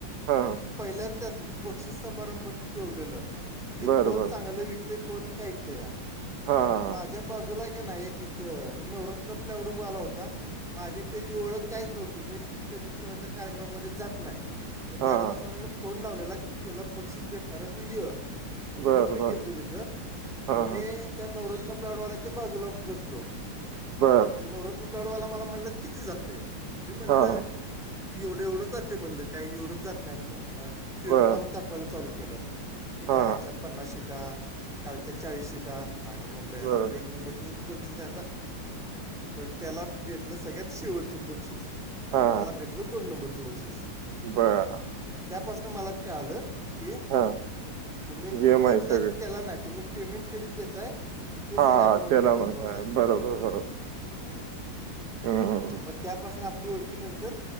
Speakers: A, on the right; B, in the centre.
A: हां हां
B: पहिल्यांदाच बुक बक्षी समारंभ ठेवलेलं, म्हणजे
A: बरं
B: कोण
A: बरं
B: चांगलं विकत कोण काय विकत या
A: हां हां
B: मग माझ्या बाजूला का नाही, एक इथं नवरातला प्लवडूबा आला होता. माझी त्याची ओळख काहीच नव्हती, मी कधीच कोणाच्या कार्यक्रमामध्ये जात नाही. पण त्या
A: हां
B: ऍडव्हान्सवाल्यांना फोन लावलेला, की तुला बक्षीस भेटणार आहे तू य म्हणून
A: बरं
B: मी गेलतो
A: बरं
B: तिथं,
A: हां
B: तर मी
A: हां बरं बरं हां हां
B: त्या नवरत्न प्लाडवालाच्या बाजूला बसतो. हॅलो!
A: बर,
B: ते नवरत्न पडवाला, मला म्हणलं किती झालं, मी म्हटलं
A: हा हा
B: एवढं एवढं जातं म्हणलं, काही एवढंच जात नाही आपलं, मग तेनं
A: बर
B: मला दाखवायला चालू केलं. ठीक
A: हा
B: आहे आजच्या पन्नास सीटा, कालच्या चाळीस सीटा, <unintelligible> म्हणलो याला
A: बर
B: तर एक नंबर बक्षीस आता, पण त्याला भेटलं सगळ्यात शेवटचं बक्षीस आणि,
A: हा
B: मला भेटलं दोन नंबरचं बक्षीस,
A: ह,
B: मग त्यापासन, मला कळाल की,
A: हा
B: तुम्ही
A: गेम
B: किती विकताय
A: आहे सगळे
B: त्याला नाही, तुम्ही पेमेंट कधी देतंय, ते सगळ्यात,
A: हा
B: महत्त्वच
A: त्याला म्हणताय
B: आहे.
A: बरोबर बरोबर हम्म
B: मग त्यापासून, आपली ओळख की नंतर